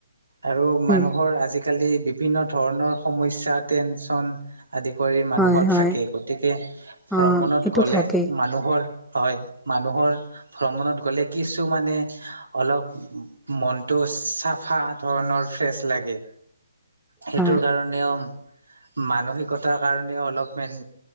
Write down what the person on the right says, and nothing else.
আৰু মানুহৰ
আজিকালি বি ভিন্ন ধৰণৰ সমস্যা টেনচন আদি কৰি মানুহৰ
থাকে, গতিকে ভ্ৰমণত
গ'লে
মানুহৰ, হয় মানুহৰ ভ্ৰমণত গ'লে, কিছু মানে অলপ মনতটো চাফা ধৰণৰ ফ্ৰেচ লাগে, সেইটোৰ
কাৰণ নেও মানসিকতাৰ কাৰণেও অলপ মেন